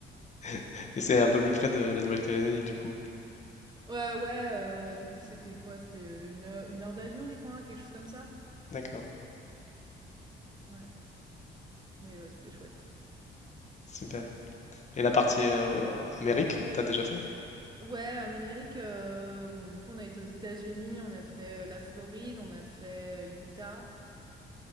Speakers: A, on the left (about 35°); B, on the right (about 20°).
A: <laughs> Et c'est un peu plus près de la Nouvelle-Calédonie du coup.
B: Ouais, ouais, euh, du coup c'était quoi? C'était euh, une heure, une heure d'avion, je crois, hein, quelque chose comme ça.
A: D'accord.
B: Ouais, mais ouais, c'était chouette.
A: Super. Et la partie euh, Amérique, t'as déjà fait?
B: Ouais, en Amérique, heu, bon, du coup, on a été aux États-Unis, on a fait, heu, la Floride, on a fait euh, Utah,